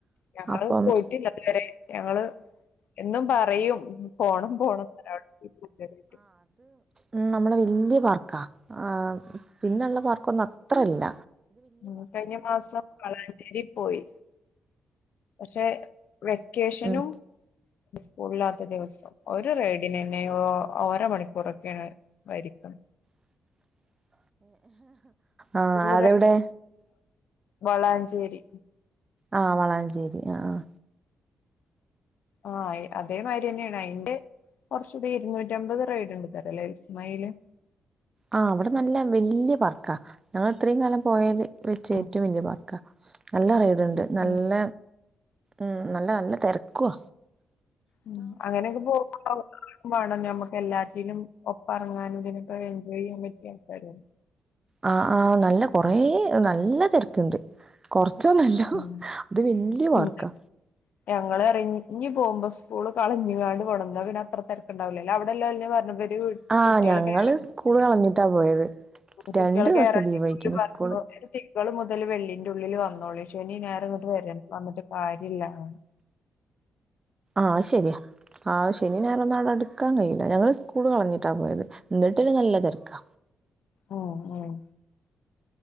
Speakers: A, on the left (about 65°); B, on the right (about 20°).
A: ഞങ്ങള്
B: അപ്പം
A: പോയിട്ടില്ലതുവരെ ഞങ്ങള് എന്നും പറയും. ഉം പോണം പോണം <unintelligible>
B: ഉം നമ്മളെ വല്യ പാർക്കാ. ആ പിന്നള്ള പാർക്കൊന്നും അത്രല്ല.
A: ഉം കഴിഞ്ഞ മാസം വളാഞ്ചേരി പോയി. പക്ഷെ വെക്കേഷനും
B: ഉം
A: സ്കൂൾല്ലാത്ത ദിവസം ഒരു റെയ്ഡിനന്നെ ഓ ഓരോ മണിക്കൂറൊക്കെണ് വരിക്ക്ണ്.
B: <inaudible> ആഹ്
A: ഫുൾ
B: അതെവിടെ?
A: റൈഡ് വളാഞ്ചേരി
B: ആഹ് വളാഞ്ചേരി ആഹ്
A: ആഹ് എ അതേമാരിയന്നെയാണ് അയിന്റെ കൊർച്ചുടി ഇരുന്നൂറ്റി അമ്പത് റൈഡ്ണ്ട്ത്രെ ലെ വീസ്മയേല്.
B: ആഹ് അവടെ നല്ല വല്യ പാർക്കാ. ഞങ്ങള് ഇത്രയും കാലം പോയേല് വെച്ച്
A: ഉം
B: ഏറ്റവും വല്യ പാർക്കാ. നല്ല റെയ്ഡുണ്ട നല്ല
A: ഉം
B: ഉം നല്ല നല്ല തെരക്കുഅ
A: ഉം അങ്ങനെയൊക്കെ <unintelligible> വേണം ഞമ്മക്ക് എല്ലാറ്റിനും ഒപ്പം എറങ്ങാനും ഇതിനൊക്ക എൻജോയ് യ്യാൻ പറ്റിയ ആൾക്കാര് വേ
B: ആഹ് ആ നല്ല കൊറേ നല്ല തെരക്ണ്ട് കൊർ ച്ചൊന്നല്ല
A: ഉം
B: അത് വല്യ പാർക്കാ
A: ഉം ഞങ്ങള് ഇറങ്ങി ഇഞ്ഞി പോഉമ്പോ സ്കൂള് കളഞ്ഞ്ങ്ങാണ്ട് പോണം. ഇന്ന പിന്നത്ര തെരക്ക്ണ്ടാവില്ലല്ലോ അടെല്ലോലന്നെ പർഞ്ഞു വെ <unintelligible>
B: ആഹ്
A: കുട്ട്യേളൊക്കെ
B: ഞങ്ങള്
A: <unintelligible> <unintelligible>
B: സ്കൂള് കളഞ്ഞിട്ടാ പോയത് രണ്ടു
A: കുട്ട്യേളൊക്കെ
B: ദിവസം
A: <unintelligible>
B: ലീവായിക്ക്ണ്
A: പറഞ്ഞപ്പൊഅയിന്
B: സ്കൂള്
A: തിങ്കള് മുതൽ വെള്ളിന്റെ ഉള്ളില് വന്നോളിൻ ശനി ഞായറുംഇങ്ങട്ട് വരെൺ വന്നിട്ട് കാര്യല്ലാന്ന്
B: അഹ് ശരിയാ ആഹ് ശനി ഞായറൊന്നടുക്കാൻ കഴിയില്ല. ഞങ്ങള് സ്കൂള് കളഞ്ഞിട്ടാ പോയത് എന്നിട്ടന്നെ നല്ല തെരക്കാ.
A: ഉം ഉം